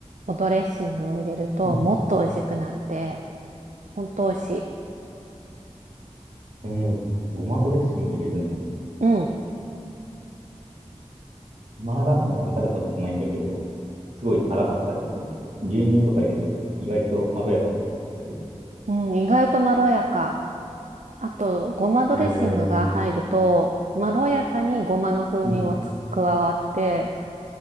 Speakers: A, on the right; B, on the right.
A: おドレッシングを入れるともっと美味しくなって、
B: うん。
A: ほんと美味しい。
B: えー、ごまドレッシング入れるんだ。
A: うん。
B: マーラータンって食べたことないんだけど、すごい辛かったりするの。牛乳とか入れてるから、意外とまろやかだったりする。
A: うん、意外とまろやか。あと、ごまドレッシングが入ると、
B: えー、
A: まろやかにごまの風味もつ加わって、
B: うん。